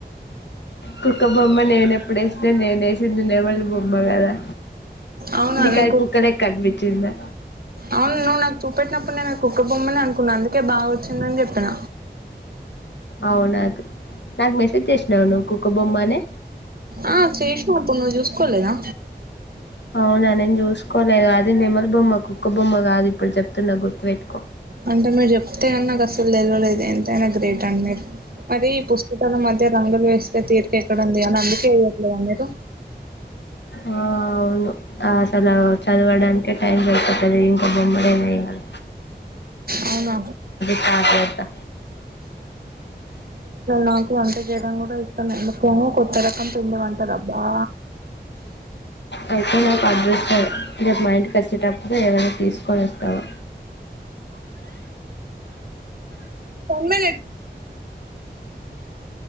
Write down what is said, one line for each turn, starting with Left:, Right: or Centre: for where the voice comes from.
Left: కుక్క బొమ్మ నేను ఎప్పుడేసిన నేనే వేసింది నేమలి బొమ్మ కదా.
Right: అవును అదే
Left: ఇకాది కుక్కలెక్క కనిపించిందా.
Right: అవును నువ్వు నాకు చూపేట్టినప్పుడు నేను అది కుక్కబొమ్మనే అనుకున్నా అందుకే బాగ వచ్చిందని చెప్పిన
Left: అవు నాకు మెసేజ్ చేసినావు నువ్వు కుక్క బొమ్మనే
Right: ఆ చేసినా అప్పుడు నువ్వు చూసుకోలేదా
Left: అవునా నేను జస్ అది నెమలి బొమ్మ కుక్క బొమ్మ కాదు ఇప్పుడు చెప్తున్న గుర్తుపెట్టుకో
Right: అంటే మీరు చెప్తే నాకు అసలు తెలియలేదు ఎంతైనా గ్రేట్ అండి మీరు మరి ఈ పుస్తకాల మధ్య రంగులు వేస్తే తీరిక ఎక్కడుంది అని అందుకే వేయట్లేదా మీరు
Left: ఆ అవును ఆసల చలవ దానికే టైం జరిపోతుది ఇంకా బొమ్మడినాయ్యాల
Right: అవునా
Left: స్టార్ట్ చేస్తా
Right: నాకు వంట చేయడం కూడా ఇష్టమే ముఖ్యంగా కొత్త రకం పిండి వంటారు అబ్బా
Left: అయితే నాకు రేపు మా ఇంటికి వచ్చేటప్పుడు ఏమైనా తీసుకొని వస్తావా
Right: తన్మని